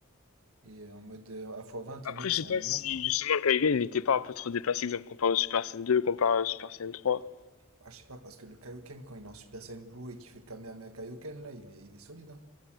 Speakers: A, on the right; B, on the left.
A: et en mode euh, à fois vingt
B: Après,
A: les mecs,
B: je
A: c'est
B: sais
A: un
B: pas
A: monstre.
B: si justement le Kaigan, il n'était pas un peu trop dépassé, exemple, comparé au Super Saiyan 2, comparé au Super Saiyan trois
A: Ah, je sais pas, parce que le Kaioken, quand il est en Super Saiyan Blue et qu'il fait le Kamehameha Kaioken, là, il est, il est solide, hein.